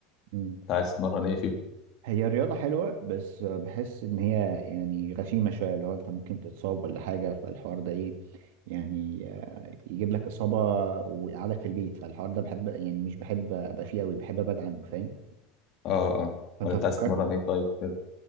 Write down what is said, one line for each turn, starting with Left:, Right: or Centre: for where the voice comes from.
Right: مم.
Left: انت عايز تتمرن ايه فيه
Right: هي الرياضة حلوة بس بحس إن هي يعني غشيمة شوية اللي هو أنت ممكن تتصاب ولا حاجة فالحوار ده إيه يعني آه، يجيب لك إصابة ويقعدك في البيت فالحوار ده بحب يعني مش بحب أبقى فيه أوي بحب أبعد عنه فاهم
Left: اه اه
Right: فأنت
Left: ولا انت
Right: فكرت
Left: عايز تتمرن ايه طيب كده